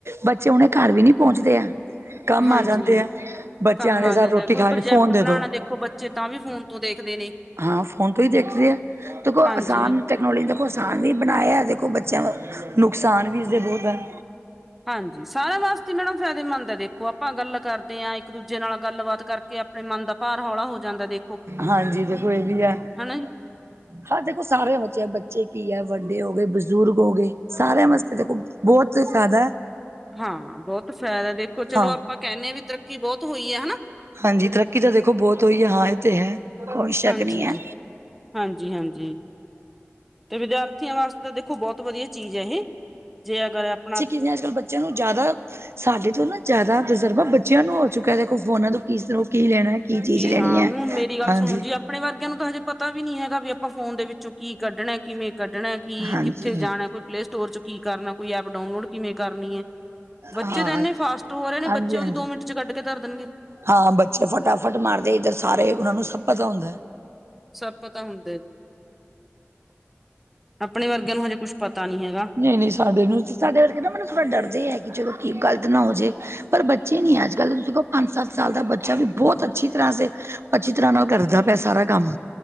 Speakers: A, on the right (about 70°); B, in the centre.
A: ਬੱਚੇ ਹੁਣੇ ਘਰ ਵੀ ਨੀ ਪੋਂਚਦੇ ਆ ਕੰਮ
B: ਹਾਂਜੀ
A: ਆ ਜਾਂਦੇ ਆ ਬੱਚਿਆਂ
B: ਕੰਮ
A: ਦੇ
B: ਆ
A: ਸਾਨੂੰ
B: ਜਾਂਦਾ
A: ਰੋਟੀ
B: ਕੋਈ
A: ਖਾ
B: ਪ੍ਰੋਜੈਕਟ
A: ਕੇ ਫੋਨ ਦੇ
B: ਬਣਾਉਣਾ
A: ਦੋ।
B: ਦੇਖੋ ਬੱਚੇ ਤਾ ਵੀ ਫੋਨ ਤੋਂ ਦੇਖਦੇ ਨੇ
A: ਹਾਂ ਫੋਨ ਤੋਂ ਈ ਦੇਖਦੇ ਐ ਦੇਖੋ ਆਸਾਨ
B: ਹਾਂਜੀ
A: ਤ ਤਕਨੋਲਜੀ ਦੇਖੋ ਆਸਾਨ ਵੀ ਬਣਾਇਆ। ਦੇਖੋ ਬੱਚਿਆਂ ਦਾ ਨੁਕਸਾਨ ਵੀ ਇਸਦੇ ਬਹੁਤ ਹੈ।
B: ਹਾਂਜੀ ਸਾਰਿਆਂ ਵਾਸਤੇ ਮੈਡਮ ਫ਼ਾਇਦੇਮੰਦ ਹੈ। ਦੇਖੋ ਆਪਾਂ ਗੱਲ ਕਰਦੇ ਦੇ ਹ ਇੱਕ ਦੂਜੇ ਨਾਲ ਗੱਲਬਾਤ ਕਰਕੇ ਆਪਣੇ ਮਨ ਦਾ ਭਾਰ ਹੌਲਾ ਹੋ ਜਾਂਦਾ ਦੇਖੋ
A: ਹਾਂਜੀ ਦੇਖੋ ਇਹ ਵੀ ਹੈ।
B: ਹਨਾ ਜੀ।
A: <inaudible> ਹਾਂ ਦੇਖੋ ਸਾਰਿਆਂ ਬੇ ਬੱਚੇ ਕੀ ਹੈ। ਵੱਡੇ ਹੋ ਗਏ, ਬਜ਼ੁਰਗ ਹੋ ਗਏ ਸਾਰਿਆਂ ਵਾਸਤੇ ਦੇਖੋ ਬਹੁਤ ਫਾਈਦਾ
B: ਹਾਂ ਬਹੁਤ ਫਾਇਦਾ ਦੇਖੋ ਚਲੋ
A: ਹਾਂ
B: ਆਪਾਂ ਕਹਿੰਦੇ ਹਾਂ ਵੀ ਤਰੱਕੀ ਬਹੁਤ ਹੋਈ ਹੈ ਹਨਾ।
A: ਹਾਂਜੀ ਤਰੱਕੀ ਤਾਂ ਦੇਖੋ ਬਹੁਤ ਹੋਈ ਹੈ ਹਾਂ ਇਹ ਤੇ ਹੈ ਕੋਈ ਸ਼ੱਕ
B: ਹਾਂਜੀ-ਹਾਂਜੀ,
A: ਨਹੀਂ ਹੈ
B: ਹਾਂਜੀ ਤੇ ਵਿਦਿਆਰਥੀਆਂ ਵਾਸਤੇ ਤਾਂ ਦੇਖੋ ਬਹੁਤ ਵਧੀਆ ਚੀਜ਼ ਹੈ ਇਹ ਜੇ ਅਗਰ ਆਪਣਾ
A: ਜਿੰਨੇ ਅੱਜੱਲ ਬ ਬੱਚਿਆਂ ਨੂੰ ਜ਼ਿਆਦਾ ਸਾਡੇ ਤੋਂ ਨਾ ਜ਼ਿਆਦਾ ਤਜ਼ਰਬਾ ਬੱਚਿਆਂ ਨੂੰ ਹੋ ਚੁੱਕਿਆ ਦੇਖੋ ਫੋਨਾ ਤੋਂ ਕੀ-ਕੀ ਲੈਣਾ। ਚੀਜ਼
B: ਕੀ
A: ਲੈਣੀ
B: ਹਾਂ
A: ਹੈ
B: ਹੁਣ ਮੇਰੀ ਗੱਲ
A: ਹਾਂਜੀ
B: ਸੁਣੋ ਜੀ। ਆਪਣੇ ਵਰਗਿਆਂ ਨੂੰ ਤਾਂ ਹਜੇ ਪਤਾ ਵੀ ਨੀ ਹੈਗਾ ਵੀ ਆਪਾਂ ਫੋਨ ਦੇ ਵਿੱਚੋਂ ਕੀ ਕੱਢਣਾ, ਕਿਵੇਂ ਕੱਢਣਾ ਕੀ
A: ਹਾਂਜੀ
B: ਕਿੱਥੇ
A: ਹਾਂ
B: ਜਾਣਾ ਕੋਈ ਪਲੇ ਸਟੋਰ ਚ ਕੀ ਕਰਨਾ। ਕੋਈ ਐਪ ਡਾਊਨਲੋਡ ਕਿਵੇਂ ਕਰਨੀ ਹੈ। ਬੱਚੇ
A: ਹਾਂਜੀ
B: ਤਾਂ ਇੰਨੇ ਫਾਸਟ ਹੋ ਰਹੇ ਨੇ ਬੱਚੇ
A: ਹਾਂਜੀ
B: ਉਹਦੀ ਦੋ ਮਿੰਟ ਚ ਕੱਢ ਕੇ ਧਰ ਦੇਣਗੇ।
A: ਹਾਂ ਬੱਚੇ ਫਟਾਫਟ ਮਾਰਦੇ ਇੱਧਰ ਸਾਰੇ ਉਹਨਾਂ ਨੂੰ ਸਭ ਪਤਾ ਹੁੰਦਾ।
B: ਸਭ ਪਤਾ ਹੁੰਦਾ ਜੀ। ਆਪਣੇ ਵਰਗਿਆਂ ਨੂੰ ਹਜੇ ਕੁੱਛ ਪਤਾ ਨੀ ਹੈਗਾ।
A: ਨਹੀਂ-ਨਹੀਂ ਸਾਡੇ ਨੂੰ ਸਾਡੇ ਵਰਗੇ ਮੈਨੂੰ ਥੋੜ੍ਹਾ ਡਰਦੇ ਹੀ ਹੈ। ਕਿ ਚਲੋ ਕੀ ਗਲਤ ਨਾ ਹੋ ਜਾਏ। ਪਰ ਬੱਚੇ ਨੀ ਅੱਜ ਕੱਲ ਤੁਸੀ ਕੌ ਪੰਜ, ਸੱਤ ਸਾਲ ਦਾ ਬੱਚਾ ਵੀ ਬਹੁਤ ਅੱਛੀ ਤਰ੍ਹਾਂ ਸੇ ਅੱਛੀ ਤਰ੍ਹਾਂ ਨਾਲ ਕਰਦਾ ਪਿਆ। ਸਾਰਾ ਕੰਮ